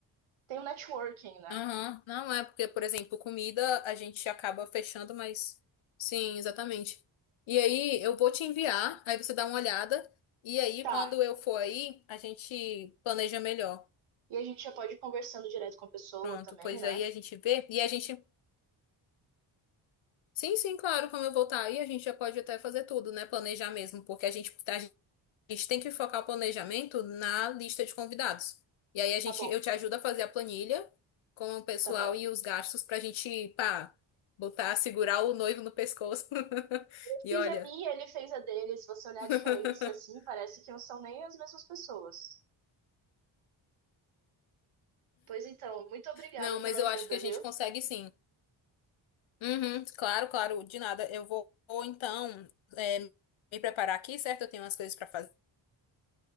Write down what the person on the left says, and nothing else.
Aham, Não é porque, por exemplo, comida a gente acaba fechando, mas sim, exatamente. E aí eu vou te enviar, aí você dá uma olhada, e aí
quando eu for aí, a gente planeja melhor.
Pronto,
pois
aí a gente vê, e a gente, sim, sim, claro, quando eu voltar aí, a gente já pode até fazer tudo, né? Planejar mesmo, porque a gente, a A gente tem que focar o planejamento na lista de convidados. E aí a gente,
eu te ajudo a fazer a planilha com o pessoal
e os gastos pra gente, pá, botar, segurar o noivo no pescoço. <laughs>
E
olha.
<laughs>
Não, mas
eu
acho que a
gente consegue sim. Uhum, claro, claro, de nada. Eu vou, vou, então é, me preparar aqui, certo? Eu tenho umas coisas pra fazer.